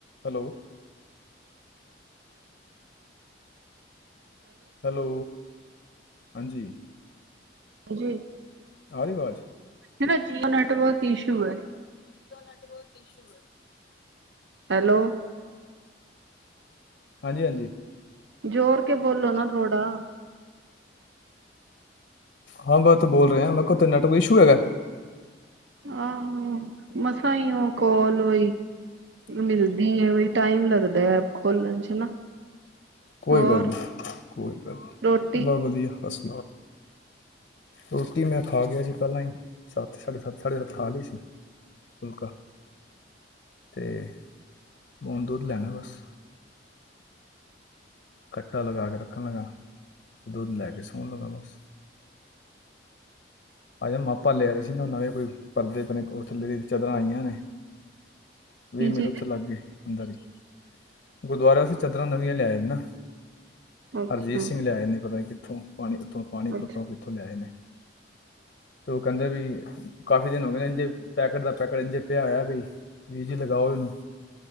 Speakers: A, on the left; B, on the right.
A: Hello. Hello ਹਾਂਜੀ।
B: ਾਂ ਜੀ।
A: ਆਾਰੀ ਬਾਜ਼
B: ਹਨ ਨਾ ਜੀਓ ਨੇੈਟਵਰਕ ਇਸ਼ੂ ਹੈ।
A: ੈਟਵਰ ਇਸ਼ੂ ਹੈ।
B: ਹੈਲੋ
A: ਹਾਂਜੀ ਹਾਂਜੀ।
B: ਜੋੋਰ ਕੇ ਬੋਲੋ ਨਾ। ਰੋਡਾ।
A: ਹਾਂ ਮੈਂ ਤੇ ਬੋਲ ਰਿਹਾ ਮੈਂ ਕੋਥ ਨੈਟਵਕ ਇਸ਼ੂ ਹੈਗਾ।
B: ਆਹੋ ਮਸ ਹੀ ਉਹ ਕਾਲ ਬ ਮਿਲਦੀ ਆ ਬ ਟਾਈਮ ਲੱਗਦਾ ਐਪ ਖੋਲਣ ਚ।
A: ਕੋਈ
B: ਹੋਰ
A: ਗੱਲ ਨਹੀਂ ਕੋਈ ਗੱਲ ਨਹੀਂੀ
B: ਰੋਟੀ
A: ਬਹੁਤ ਵਧੀਆ ਹੱਸ। ਰੋਟੀ ਮੈਂ ਖਾ ਗਿਆ ਸੀ ਪਹਿਲਾਂ ਹੀ ਸੱਤ ਸਾਡੇ ਸੱਤ ਸਾਡੇ ਸੱਤ ਖਾ ਲਈ ਸੀ ਫੁਲਕਾ ਤੇ ਮੂਣ ਦੁੱਧ ਲੈਣਾ ਬਸ। ਕੱਟਾ ਲਗਾ ਕੇ ਰੱਖਣ ਲੱਗਾ ਤੇ ਦੁੱਧ ਲੈ ਕੇ ਸੌਣ ਲੱਗਾ ਬਸ ਅਜ ਮਾਪਾ ਲਿਆ ਰਹੇ ਸੀ ਨਾ ਨਵੇਂ ਕੋਈ ਪਰਦੇਣੇ ਥੱਲੇ ਦੀ ਚਾਦਰਾਂ ਆਈਆਂ ਨੇ।
B: ਕੀ
A: ਵੀਹ ਮਿੰਟ
B: ਚੀਜ਼
A: ਉੱਥੇ ਲੱਗ ਗਏ ਅੰਦਰ ਹੀ। ਗੁਰਦੁਆਰੇ ਅਸੀਂ ਚਦਰਾਂ ਨਵੀਆਂ ਲਿਆ ਆ ਨੇ ਨਾ
B: ਅੱਛਾ
A: ਹਰਜੀਤ ਸਿੰਘ ਲਿਆਏ ਨੇ ਪਤਾ ਕਿਥ। ੱਠੋਂ। ਪਾਣੀ ਉੱਥੋਂ ਪਾਣੀ
B: ਅੱਛਾ
A: ਪੱਤੋਂ ਕਿੱਥੋਂ ਲਿਆਏ ਨੇ। ਤੇ ਉਹ ਕਹਿੰਦੇ ਵੀ ਕਾਫੀ ਦਿਨ ਹੋ ਕਹਿੰਦੇ ਇੰਜੇ ਪੈਕਟ ਦਾ ਪੈਕਟ ਇੰਜੇ ਪਿਆਇਆ ਬਈ ਵੀ ਜੀ ਲਗਾਓ ਇਹਨੂੰ